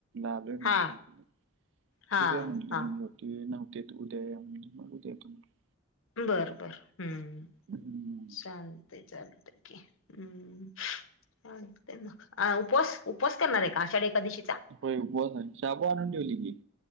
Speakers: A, on the right; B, on the left.
A: आलोय म्हणून
B: हा
A: सांगितलं..
B: हा
A: ठीक आहे म्हटले...
B: हा
A: मग बघ- ती नव्हते.. उद्या या म्हणले.. मग उद्या येतो म्हटलं
B: बर बर.. हम्म..
A: हम्म.
B: चालतंय चालत. हम्.. चालतंय मग आ उपस उपवास करणार आहे का आषाढी एकादशीचा?
A: हो.. उपवास आहे.. शाबू आनून ठेवली की